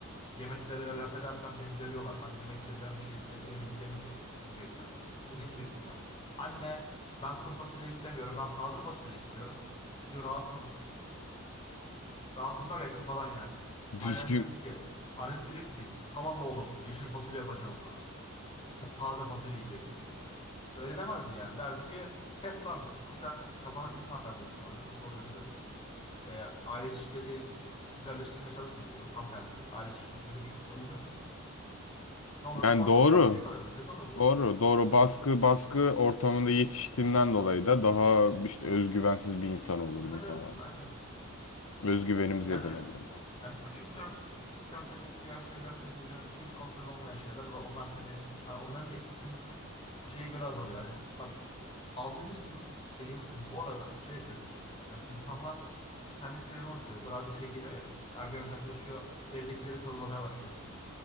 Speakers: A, on the left; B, on the left.
A: Yemeklere laf edersen beni dövüyorlar, ben yemeklerden bir şey de- demeyeyim demeyecek, diyecektin. Bu demeyecektin yani. Anne ben kuru fasulye istemiyorum, ben taze fasulye istiyorum. Çünkü rahatsızım. Rahatsızlar ya kafadan yani.
B: Düzgün
A: Annen diyecekti ki, annen diyecekti ki <laughs> tamam oğlum yeşil fasulye yapacağım sana. Taze fasulye yiyeceksin şimdi. Öyle demezdi yani. Derdi ki kes lan küçük uşak kafana tekme atar büyük ihtimalle. Nasıl oluyor bilmiyorum. Ee, aile şiddeti güzelleştirmeye çalışmıyoruz burada. Tam tersi. Aile şiddeti kötü bir şey. O yüzden <laughs> ne olurdu?
B: yani
A: Baskı,
B: doğru.
A: baskıya kalırdı. Kötü olurdu
B: Doğru,
A: yani.
B: doğru. Baskı, baskı ortamında yetiştiğimden dolayı da daha işte özgüvensiz bir insan olurdum
A: Evet evet.
B: falan.
A: Aynen öyle.
B: Özgüvenim zedelenirdi.
A: Yani Yani küçükten küçükten seni etkileyen şeyler senin üzerine hiç kontrolün olmayan şeyler ve onlar seni yani onların etkisinin şeye göre azalıyor. Yani bak 6. sınıf sekizinci sınıf o arada şey yapıyorduk işte. Yani insanlar kendi fikirlerini oluşturuyor. Birazcık şey geliyor ya ergenlik yaklaşıyor. Evdekileri sorgulamaya başlıyorsun.